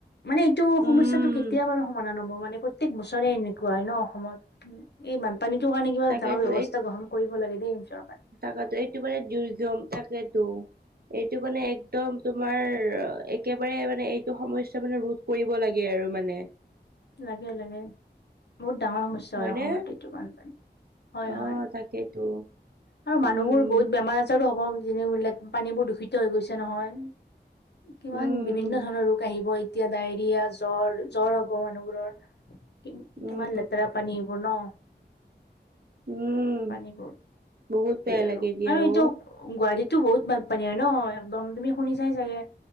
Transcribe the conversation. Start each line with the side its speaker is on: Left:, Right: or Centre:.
Left: মানে এইটো সমস্যয়াটো
Right: উম
Left: কেতিয়া বাৰু সমাধান হ'ব মান। মান প্ৰত্যেক বছৰে এনেকুৱা হয় ন অসমত এই মান পানীটোৰ কাৰণে কিবা
Right: তাকেতো
Left: ডাঙৰ ব্যৱস্থা গ্ৰহণ কৰিব লাগে দেই চৰকাৰে।
Right: থাকাতো এইটো মানে দুৰ্গম তাকেইতো এইটো মানে একদম তোমাৰ একেবাৰে মানে এইটো সমস্যা মানে ৰোধ কৰিব লাগে আৰু মানে।
Left: লাগে - লাগে বহুত ডাঙৰ সমস্যা
Right: হয়নে
Left: হয় অসমত এইটো বানপানী। হয়
Right: অ
Left: - হয়
Right: তাকেইতো
Left: আৰু
Right: উম,
Left: মানুহবোৰ বহুত বেমাৰ আজাৰ হ'ব যেনে বলোক পানী বোৰ দূষিত হৈ গৈছে নহয়। কিমান
Right: উম,
Left: বিভিন্ন ধৰণৰ ৰোগ আহিব এতিয়া ডায়েৰিয়া জ্বৰ - জ্বৰ হব। মানুহবোৰৰ কি
Right: উম,
Left: কিমান লেতেৰা পানী এইবোৰ ন।
Right: উম।
Left: পানীব
Right: বহুত বেয়া
Left: আৰু
Right: লাগে দিয়া
Left: আৰু এইটো
Right: অ',
Left: গুৱাৰীত টো বহুত বানপানী হয় ন এক্দম তুমি শুনিছাই চাগে